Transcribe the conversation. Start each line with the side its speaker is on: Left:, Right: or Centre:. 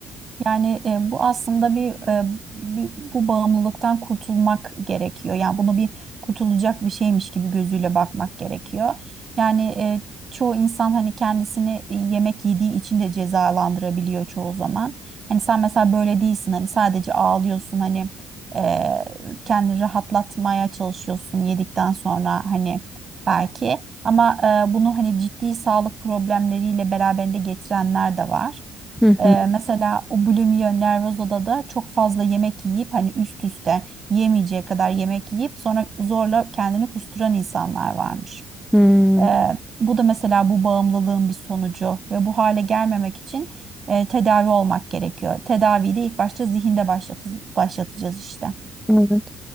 Right: Yani e, bu aslında bir, e, bir- bu bağımlılıktan kurtulmak gerekiyor. Yani bunu bir kurtulacak bir şeymiş gibi gözüyle bakmak gerekiyor. Yani e, çoğu insan hani kendisini e, yemek yediği için de cezalandırabiliyor çoğu zaman. Hani sen mesela böyle değilsin. Hani sadece ağlıyorsun. Hani e, kendini rahatlatmaya çalışıyorsun yedikten sonra hani belki. Ama e, bunu hani ciddi sağlık problemleriyle beraberinde getirenler de var.
Centre: Hı
Right: Ee,
Centre: hı.
Right: mesela bulimia nervoza da çok fazla yemek yiyip hani üst üste yemeyeceği kadar yemek yiyip sonra zorla kendini kusturan insanlar varmış.
Centre: Hmm,
Right: Ee, bu da mesela bu bağımlılığın bir sonucu ve bu hale gelmemek için e, tedavi olmak gerekiyor. Tedaviyi de ilk başta zihinde başlatı başlatacağız işte.
Centre: evet.